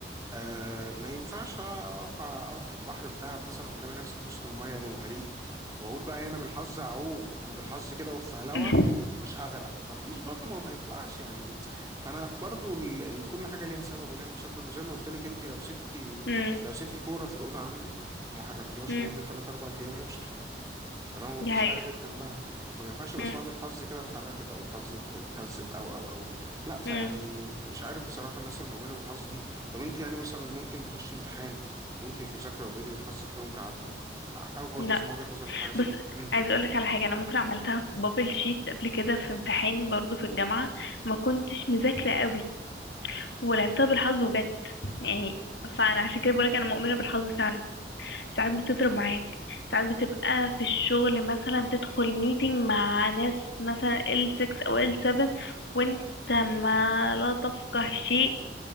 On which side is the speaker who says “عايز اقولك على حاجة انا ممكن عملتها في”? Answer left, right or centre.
Left